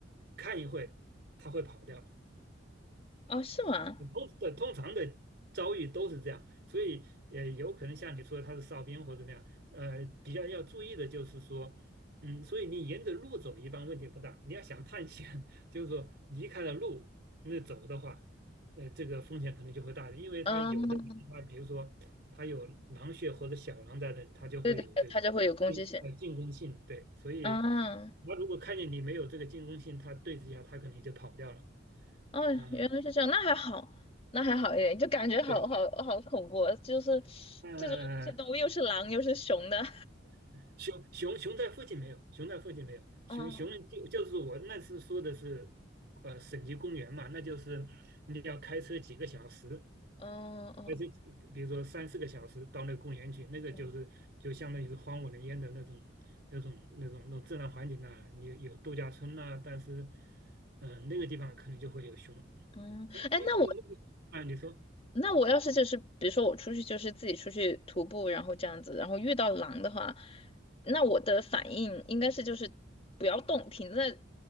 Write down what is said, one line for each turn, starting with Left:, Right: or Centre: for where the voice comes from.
Right: 看一会，它会跑掉；
Left: 哦，是吗？
Right: 通对通常的遭遇都是这样，所以呃，有可能像你说的他是哨兵或者怎么样，呃，比较要注意的就是说，嗯，所以你沿着路走一般问题不大，你要想探险，<laughs> 就是说离开了路那走的话，呃，这个风险可能就会大一点，因为它有的狼它比如说它有狼穴或者小狼在那里，
Left: 嗯，
Right: 它就会有这个
Left: 对对对，它就会有攻击性。
Right: 进呃进攻性，对，所以
Left: 嗯。
Right: 它如果看见你没有这个进攻性，它对峙一下它可能就跑掉了，
Left: 嗯，
Right: 啊、
Left: 原来是这样，那还好，那还好一点，就感觉好好好恐怖啊，
Right: 对。
Left: 就是
Right: 嗯，
Left: 这种野生动物又是狼又是熊的，
Right: 熊熊熊在附近没有，熊在附近没有，熊熊就就是我那次说的是，
Left: <laughs> 哦，
Right: 呃，省级公园嘛，那就是你要开车几个小时，
Left: 哦哦
Right: 开车几比如说三四个小时到那个公园去，那个就是就相当于是荒无人烟的那种
Left: 哦
Right: 那种那种那种自然环境呐、你有度假村呐、但是，嗯、那个地方可能就会有熊。
Left: 嗯，
Right: 哎，
Left: 哎，
Right: 那个那个啊，
Left: 那我
Right: 你说
Left: 那我要是就是比如说我出去就是自己出去徒步，然后这样子，然后遇到狼的话，那我的反应应该是就是不要动，停在